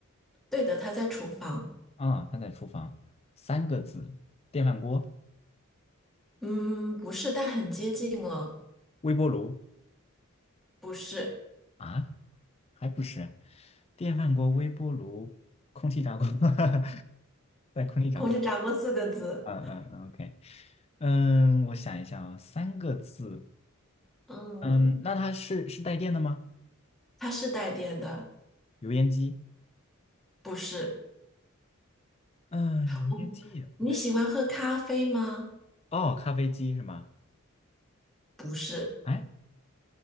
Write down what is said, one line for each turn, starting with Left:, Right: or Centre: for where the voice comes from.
Centre: 对的，它在厨房，
Left: 啊，他在厨房，三个字，电饭锅、
Centre: 嗯，不是，但很接近了，
Left: 微波炉
Centre: 不是，
Left: 啊。还不是电饭锅、微波炉、空气炸锅，<laughs> 在空气炸锅里。
Centre: 空气炸锅四个字，
Left: 嗯嗯嗯，OK，嗯，我想一下啊，三个字，
Centre: 嗯，
Left: 嗯，那它是是带电的吗？
Centre: 它是带电的，
Left: 油烟机？
Centre: 不是，
Left: 嗯，油烟机也不是。
Centre: 我，你喜欢喝咖啡吗？
Left: 哦，咖啡机是吗？
Centre: 不是，
Left: 哎，